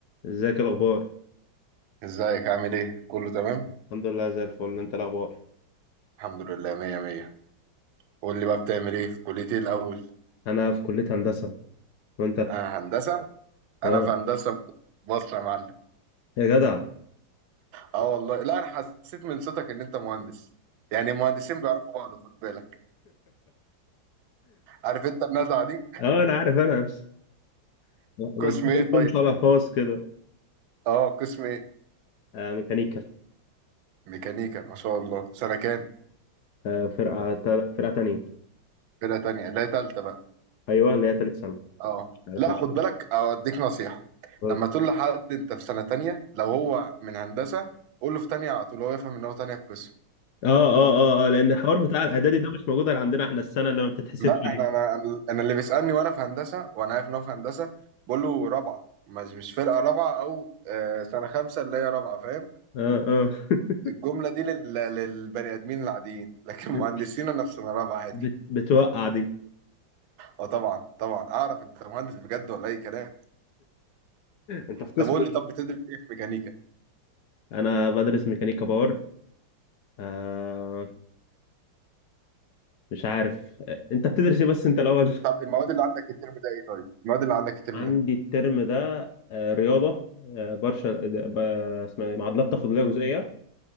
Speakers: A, on the left; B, on the right.
A: ازيك الاخبار
B: ازيك عامل ايه؟ كله تمام؟
A: الحمد لله زي الفل انت الاخبار
B: الحمد لله مية مية قول لي بقى بتعمل ايه في كلية ايه الأول؟
A: انا في كلية هندسة وانت
B: أنا هندسة؟
A: اه
B: أنا في هندسة مصر يا معلم
A: يا جدع <laughs>
B: اه والله لا أنا حسيت من صوتك إن أنت مهندس يعني المهندسين بيعرفوا بعض خد بالك عارف أنت النزعة دي؟
A: اه انا عارف انا نفسي، ما
B: قسم
A: انت
B: ايه
A: كنتم
B: طيب؟
A: طالع خاص كده
B: اه قسم ايه؟
A: آه ميكانيكا
B: ميكانيكا ما شاء الله سنة كام؟
A: آه فرقة تا- فرقة تانية
B: فرقة تانية لا تالتة بقى
A: ايوه اللي هي تالت سنة
B: اه
A: مش عارف
B: لا
A: ايه
B: خد بالك أوديك نصيحة
A: هي.
B: لما
A: اه
B: تقول لحد أنت في سنة تانية لو هو من هندسة قول له في تانية على طول هو يفهم إن هو تانية قسم
A: اه اه اه لان الحوار بتاع الاعدادي ده مش موجود غير عندنا احنا السنة اللي ما بتتحسبش
B: لا
A: دي
B: انا انا انا اللي بيسالني وانا في هندسه وانا عارف ان هو في هندسه بقول له رابعه مش مش فرقه رابعه او آه، سنه خمسه اللي هي رابعه فاهم
A: اه اه <laughs>
B: الجمله دي لل... للبني ادمين العاديين <laughs> لكن
A: بت
B: مهندسين انا في سنه رابعه عادي
A: بت بتوقع دي
B: اه طبعا طبعا اعرف انت مهندس بجد ولا اي كلام
A: انت في
B: طب
A: قسم
B: قول
A: ايه؟
B: لي طب بتدرس ايه في ميكانيكا
A: انا بدرس ميكانيكا باور آه مش عارف آه، انت بتدرس ايه بس انت الاول
B: طب المواد اللي عندك الترم ده ايه طيب المواد اللي عندك الترم
A: عندي
B: ده
A: الترم ده آه، رياضة آه، بارشل آه، ب- اسمها إيه؟ معادلات تفاضلية جزئية